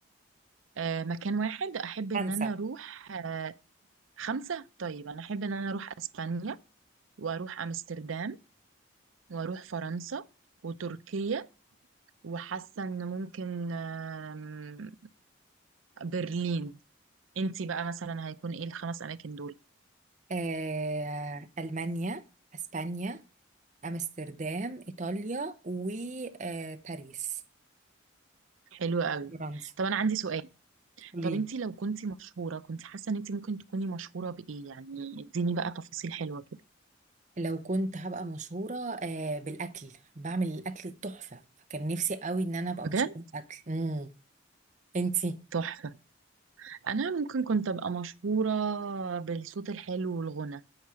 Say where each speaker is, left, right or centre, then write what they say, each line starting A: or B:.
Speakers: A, on the right; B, on the right.
A: آه مكان واحد احب
B: فرنسا
A: ان انا اروح آه خمسه طيب انا احب ان انا اروح اسبانيا واروح امستردام واروح فرنسا وتركيا وحاسه ان ممكن آم، برلين انتي بقى مثلا هيكون ايه الخمس اماكن دول
B: آه المانيا اسبانيا امستردام ايطاليا وباريس
A: حلو قوي
B: فرنسا
A: طب انا عندي سؤال
B: قوليلي
A: طب انتي لو كنتي مشهوره كنت حاسه ان انتي ممكن تكوني مشهوره بايه يعني اديني بقى تفاصيل حلوه كده
B: لو كنت هبقى مشهورة آه بالأكل بعمل الأكل التحفة فكان نفسي قوي إن أنا أبقى
A: بجد
B: مشهورة بالأكل امم أنتي
A: تحفه انا ممكن كنت ابقى مشهوره بالصوت الحلو والغنى